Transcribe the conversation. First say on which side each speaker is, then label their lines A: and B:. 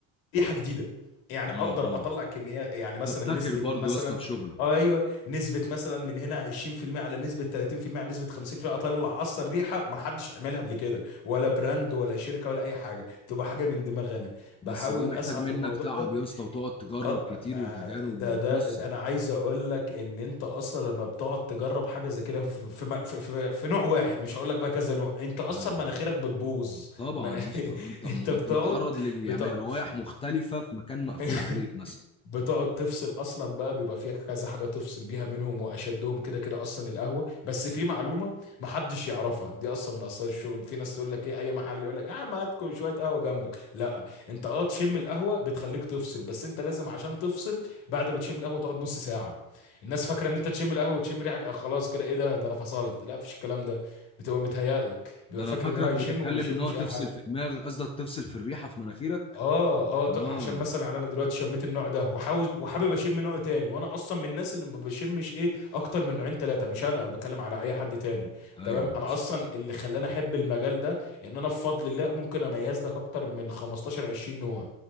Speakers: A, on the left; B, on the left.
A: ريحة جديدة يعني
B: اه
A: اقدر
B: اه
A: اطلع كميات يعني مثلا
B: تبتكر
A: نسبه
B: برضه
A: مثلا
B: يا اسطى في شغلك
A: اه ايوه نسبه مثلا من هنا 20% على نسبه 30% على نسبه 50% اطلع اصلا ريحه ما حدش عملها قبل كده ولا براند ولا شركه ولا اي حاجه تبقى حاجه من دماغي انا
B: بس
A: بحاول
B: ده محتاج
A: اسعى
B: منك
A: في الموضوع
B: تعب
A: ده
B: يا اسطى وتقعد تجرب
A: اه
B: كتير
A: ما
B: وتجارب
A: ده
B: وقصه
A: ده, ده انا عايز اقول لك ان انت اصلا لما بتقعد تجرب حاجه زي كده في في, م- في, في, في نوع واحد مش هقول لك بقى كذا نوع انت اصلا
B: ايوه
A: مناخيرك بتبوظ
B: طبعا
A: مناخ...
B: يا اسطى آه،
A: <laughs>
B: انت
A: انت
B: م...
A: بتقعد
B: انت متعرض ل
A: بتقعد
B: يعني روايح مختلفه في مكان مقفول
A: <laughs>
B: عليك مثلا
A: بتقعد تفصل اصلا بقى بيبقى فيها كذا حاجه تفصل بيها منهم واشدهم كده كده اصلا القهوه بس في معلومه محدش يعرفها دي اصلا من اسرار الشغل في ناس تقول لك ايه اي محل يقول لك اه ما هاتكم شويه قهوه جنبك لا انت اه تشم القهوه بتخليك تفصل بس انت لازم عشان تفصل بعد ما تشم القهوه تقعد نص ساعه الناس فاكره ان انت تشم القهوه وتشم ريحه آه خلاص كده ايه ده ده انا فصلت لا مفيش الكلام ده بتبقى متهيألك بيبقى
B: ده انا
A: فاكر
B: فاكرك
A: ان هو هيشم
B: بتتكلم
A: وما بيشمش
B: ان هو تفصل
A: اي حاجه
B: في دماغك قصدك تفصل في الريحه في مناخيرك
A: اه اه ط- عشان
B: اه
A: مثلا يعني انا دلوقتي شميت النوع ده وحاوز وحابب اشم نوع تاني وانا اصلا من الناس اللي ما بشمش ايه اكتر من نوعين ثلاثه مش انا انا بتكلم على اي حد تاني
B: ايوه
A: تمام انا
B: يا اسطى
A: اصلا اللي خلاني احب المجال ده ان انا بفضل الله ممكن اميز لك اكتر من 15 20 نوع